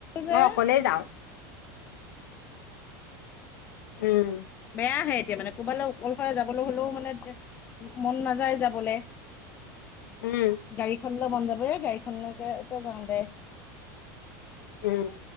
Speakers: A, on the left; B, on the left.
A: যে
B: মই অকলেই যাওঁ। উম।
A: বেয়া আহে এতিয়া মানে কোৰবালৈ কোনফালে যাবলৈ হ'লেও মানে মন নাযায় যাবলৈ।
B: উম।
A: গাড়ী খনলৈলে মন যাব গাড়ীখনকে এ যাওঁ দে।
B: উম।